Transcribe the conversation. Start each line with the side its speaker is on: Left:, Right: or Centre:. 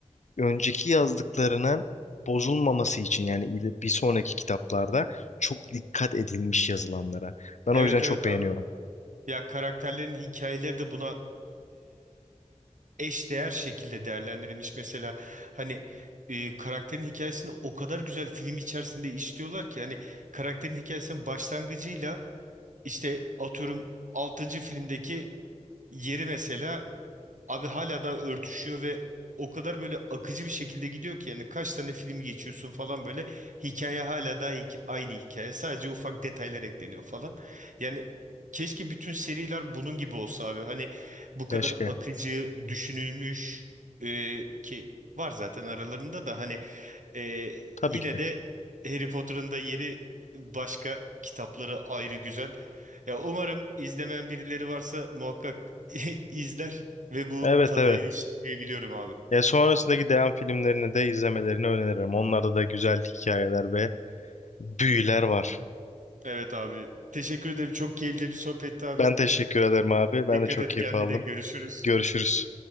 Left: önceki yazdıklarının bozulmaması için yani il- bir sonraki kitaplarda çok dikkat edilmiş yazılanlara. Ben
Right: evet,
Left: o yüzden çok
Right: evet
Left: beğeniyorum.
Right: abi. Ya karakterlerin hikayeleri de buna eşdeğer şekilde değerlendirilmiş. Mesela hani e, karakterin hikayesini o kadar güzel film içerisinde işliyorlar ki hani karakterin hikayesinin başlangıcıyla işte atıyorum altıncı filmdeki yeri mesela Abi hala da örtüşüyor ve o kadar böyle akıcı bir şekilde gidiyor ki yani kaç tane film geçiyorsun falan böyle hikaye hala da hik- aynı hikaye sadece ufak detaylar ekleniyor falan. Yani keşke bütün seriler bunun gibi olsa abi hani bu kadar
Left: Keşke.
Right: akıcı düşünülmüş e, ki var zaten aralarında da hani ee,
Left: Tabii
Right: yine
Left: ki de.
Right: de Harry Potter'ın da yeri başka kitapları ayrı güzel. Ya umarım izlemeyen birileri varsa muhakkak <laughs> izler ve bu
Left: Evet
Right: tada
Left: evet.
Right: erişir diye biliyorum abi.
Left: Ya sonrasındaki devam filmlerini de izlemelerini öneririm. Onlarda da güzel hikayeler ve büyüler var.
Right: Evet abi. Teşekkür ederim. Çok keyifli bir sohbetti abi.
Left: Ben teşekkür ederim abi. Ben
Right: Dikkat
Left: de çok
Right: et
Left: keyif
Right: kendine.
Left: aldım.
Right: Görüşürüz.
Left: Görüşürüz.